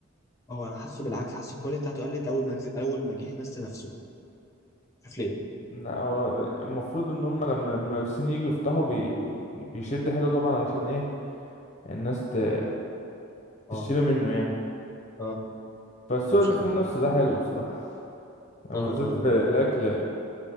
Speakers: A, on the left (about 15°); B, on the left (about 35°).
A: اه انا حاسه بالعكس حاسس الكواليتي بتاعته قلت اول ما اول ما جه ناس نفسه مش عارف ليه
B: لا هو المفروض ان هم لما المنافسين يجوا يفتحوا بي بي بي- بيشد حلو طبعا علشان ايه الناس ت-
A: اه
B: تشتري منه يعني
A: اه
B: فالسوق
A: مش
B: اللي
A: ع-
B: فيه
A: يعني
B: منافسه ده حلو بصراحه بالذات
A: اه اه
B: الأكل
A: اه